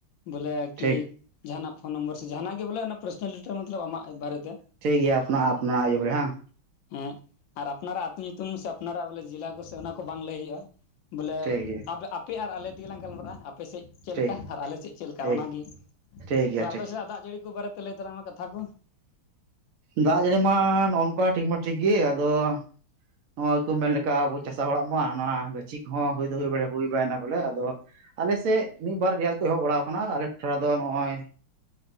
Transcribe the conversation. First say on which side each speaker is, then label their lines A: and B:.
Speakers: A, on the left; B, on the right.
A: ᱵᱚᱞᱮ ᱠᱤ
B: ᱴᱷᱤᱠ
A: ᱡᱟᱦᱟᱸᱱᱟᱜ ᱯᱷᱳᱱ ᱱᱚᱢᱵᱚᱨ ᱥᱮ ᱡᱟᱦᱱᱟᱜ ᱜᱮ ᱵᱚᱞᱮ ᱚᱱᱟ ᱯᱟᱨᱥᱱᱟᱞᱤᱤᱴᱟᱨ ᱢᱚᱛᱞ ᱟᱟᱜᱟᱨᱮᱛᱮ
B: ᱴᱷᱤᱠ ᱜᱮᱮᱭᱟ ᱟᱯ ᱟᱯ ᱳᱵᱮ ᱦᱮᱸ
A: ᱦᱮᱸ ᱟᱨ ᱟᱯᱱᱟᱨᱟᱜ ᱟᱹᱛᱩ ᱧᱩᱛᱩᱢ ᱥᱮ ᱟᱯᱱᱟᱨᱟᱜ ᱵᱚᱞᱮ ᱡᱮᱞᱟ ᱠᱚᱥ ᱚᱱᱟ ᱠᱚ ᱵᱟᱝ ᱞᱟᱹᱭ ᱦᱩᱭᱩᱜᱼᱟ ᱵᱚᱞᱮ
B: ᱴᱷᱤᱠ ᱜᱮᱭᱟ
A: ᱟᱯᱮ ᱟᱨ ᱟᱞᱮ ᱛᱮᱜᱮᱞᱟᱝ ᱜᱟᱞᱢᱟᱨᱟᱜᱼᱟ ᱟᱯᱮᱥᱮᱫ ᱪᱮᱫ
B: ᱴᱷᱤᱠ
A: ᱞᱮᱠᱟ ᱟᱨ ᱟᱞᱮ ᱥᱮᱫ ᱪᱮᱫ ᱞᱮᱠᱟ
B: ᱴᱷᱤᱠ
A: ᱚᱱᱟᱜᱮ᱾
B: ᱴᱷᱤᱠ ᱜᱮᱭᱟ
A: ᱛᱚᱵᱮ ᱟᱯᱮ
B: ᱴᱷᱤᱠ
A: ᱥᱮᱱᱟᱜ ᱫᱟᱜ ᱡᱟᱹᱲᱤ ᱠᱚ ᱵᱟᱨᱮᱛᱮ ᱞᱟᱹᱭ ᱛᱟᱞᱟᱢᱟ ᱠᱟᱛᱷᱟ ᱠᱚ
B: ᱫᱟᱜ ᱡᱟᱹᱲᱤ ᱢᱟ ᱱᱚᱜᱚ ᱱᱚᱝᱠᱟ ᱴᱷᱤᱠ ᱢᱟ ᱴᱷᱤᱠ ᱜᱮ ᱟᱫᱚ ᱱᱚᱜᱚᱭ ᱠᱚ ᱢᱮᱱ ᱞᱮᱠᱟ ᱟᱵᱚ ᱪᱟᱥᱟ ᱦᱚᱲᱟᱜ ᱢᱟ ᱱᱚᱣᱟ ᱜᱟᱹᱪᱷᱤ ᱠᱚᱦᱚᱸ ᱦᱩᱭ ᱫᱚ ᱦᱩᱭ ᱵᱟᱲ ᱦᱩᱭ ᱵᱟᱲᱟᱭᱮᱱᱟ ᱵᱚᱞᱮ ᱟᱫᱚ ᱟᱞᱮᱥᱮᱫ ᱢᱤᱫ ᱵᱟᱨ ᱨᱮᱭᱛ ᱠᱚ ᱮᱦᱚᱵ ᱵᱟᱲᱟᱟᱣ ᱟᱠᱟᱱᱟ ᱟᱞᱮ ᱴᱚᱴᱷᱟ ᱨᱮᱫᱚ ᱱᱚᱜᱼᱚᱭ